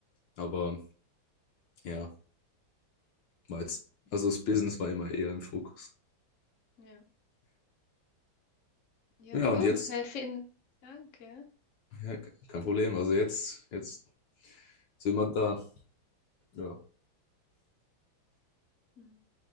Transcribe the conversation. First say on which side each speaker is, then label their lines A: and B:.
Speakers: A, on the left; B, on the left.
A: Aber ja, war jetzt, also
B: Mhm.
A: das Business war immer eher im Fokus.
B: Ja. Ja,
A: Ja, und
B: cool.
A: jetzt
B: Hey, vielen Dank, ja.
A: Ja, kein Problem. Also jetzt, jetzt sind wir da. Ja.
B: Mhm.